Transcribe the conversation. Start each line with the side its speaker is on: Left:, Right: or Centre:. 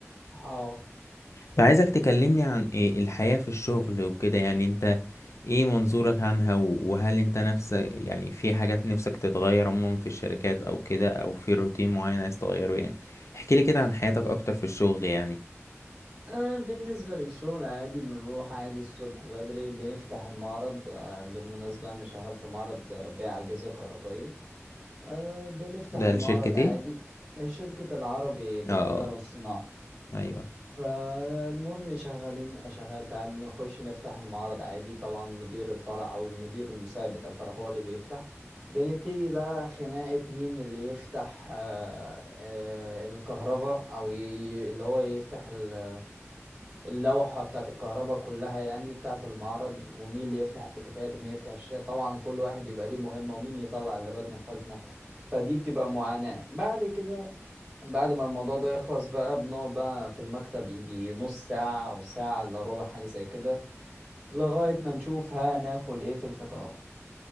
Right: اهو
Left: فعايزك تكلمني عن إيه الحياة في الشغل وكده يعني انت ايه منظورك عنها و- وهل انت نفسك يعني في حاجات نفسك تتغير عموما في الشركات او كده او في روتين معين عايز تغيره يعني احكي لي كده عن حياتك اكتر في الشغل يعني
Right: آه بالنسبة للشغل عادي بنروح عادي الصبح بدري بنفتح المعرض آه بالمناسبة أنا شغال في معرض آه، بيع أجهزة كهربائية آه بنفتح
Left: ده
Right: المعرض
Left: الشركة
Right: عادي
Left: ايه
Right: شركة العربي للتجارة
Left: اه آه،
Right: والصناعة
Left: آه، ايوه
Right: فالمهم شغالين شغال فبنخش نفتح المعرض عادي طبعا مدير الفرع او المدير المساعد بتاع الفرع هو اللي بيفتح بنبتدي بقى خناقة مين اللي يفتح آه، آه، الكهرباء او ي- اللي هو يفتح ال- اللوحة بتاعة الكهرباء كلها يعني بتاعة المعرض ومين اللي يفتح التكييفات ومين يفتح الشاشة طبعا كل واحد بيبقى ليه مهمة ومين يطلع اللابات من الخزنة فدي بتبقى معاناة بعد كده بعد ما الموضوع ده يخلص بقى بنقعد بقى في المكتب يجي نص ساعة أو ساعة إلا ربع حاجة زي كده لغاية ما نشوف هناكل إيه في الفطار